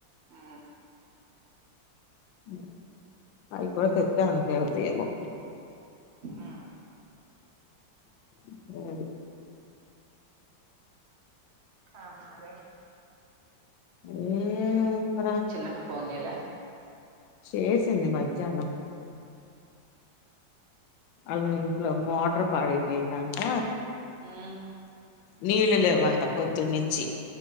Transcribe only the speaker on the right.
ఆ
ఆ
ఆ మరి
చిన్నక్క ఫోన్ చేయల
ఉమ్